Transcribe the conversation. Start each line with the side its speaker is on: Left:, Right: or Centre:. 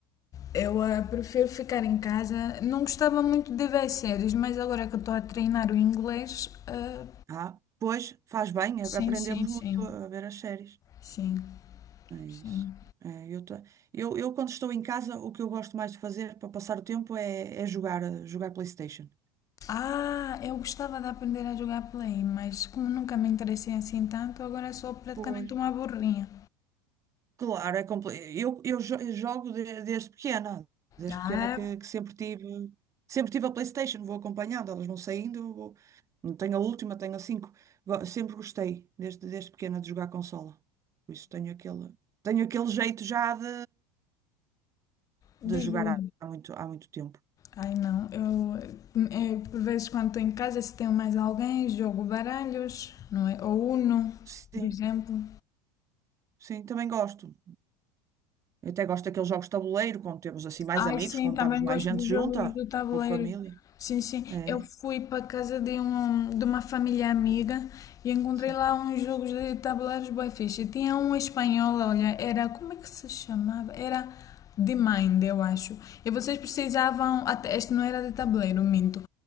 Left: Eu eh, prefiro ficar em casa. Não gostava muito de ver séries, mas agora que eu estou a treinar o inglês. eh,
Right: Ah, pois faz bem,
Left: sim,
Right: eh, aprendemos
Left: sim, sim.
Right: muito a ver as séries.
Left: Sim,
Right: É isso.
Left: sim.
Right: É, eu, tô- eu, eu, quando estou em casa, o que eu gosto mais de fazer para passar o tempo é, é jogar, eh, jogar PlayStation.
Left: Ah, eu gostava de aprender a jogar play, mas como nunca me interessei assim tanto, agora sou praticamente
Right: Pois.
Left: uma burrinha.
Right: Claro, é compl... eu, eu jo- eu jogo de- desde pequena, desde
Left: Ah,
Right: pequena que, que sempre tive, sempre tive a PlayStation, vou acompanhando, elas vão saindo, eu vou- não tenho a última, tenho a cinco. Go- Sempre gostei, desde, desde pequena, de jogar consola. Por isso tenho aquele, tenho aquele jeito já de,
Left: desgrudo.
Right: de jogar há há muito, há muito tempo.
Left: Ai não, eu, é, por vezes quando estou em casa, se tenho mais alguém, jogo baralhos, não é? Ou Uno,
Right: Sim,
Left: por exemplo.
Right: sim, também gosto. Eu até gosto daqueles jogos de tabuleiro, quando temos assim mais
Left: Ai,
Right: amigos,
Left: sim,
Right: quando
Left: também
Right: estamos mais
Left: gosto
Right: gente
Left: dos
Right: junta,
Left: jogos do tabuleiro.
Right: com família.
Left: Sim, sim.
Right: É,
Left: Eu fui para casa de, um, de uma família amiga e encontrei
Right: sim,
Left: lá uns jogos de tabuleiros bué fixe. Tinha um espanhol, olha, era, como é que se chamava? Era de Mind, eu acho. E vocês precisavam, até, este não era de tabuleiro, minto.